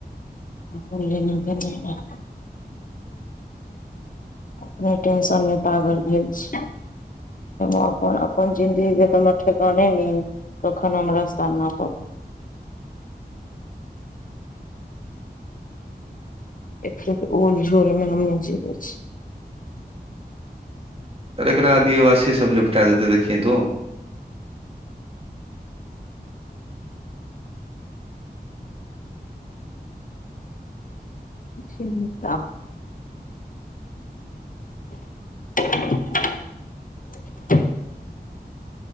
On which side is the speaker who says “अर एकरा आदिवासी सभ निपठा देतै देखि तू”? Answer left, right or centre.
Right